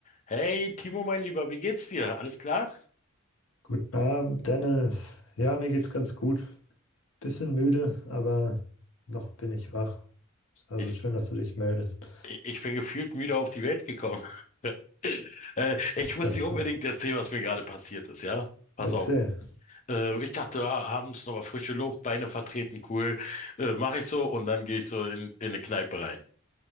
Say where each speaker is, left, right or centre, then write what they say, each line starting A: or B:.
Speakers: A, on the left (about 35°); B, on the left (about 70°).
A: Hey Timo, mein Lieber, wie geht's dir? Alles klar?
B: Guten Abend, Dennis. Ja, mir geht's ganz gut. Bisschen müde, aber noch bin ich wach. Also
A: Ich,
B: schön, dass du dich meldest.
A: ich ich bin gefühlt müde auf die Welt gekommen. <laughs> Äh, ich
B: Ist
A: muss
B: das
A: dir unbedingt
B: so?
A: erzählen, was mir gerade passiert ist, ja?
B: Erzähl.
A: Pass auf. Äh, ich dachte, ah, abends nochmal frische Luft, Beine vertreten, cool. Äh, mache ich so und dann gehe ich so in, in eine Kneipe rein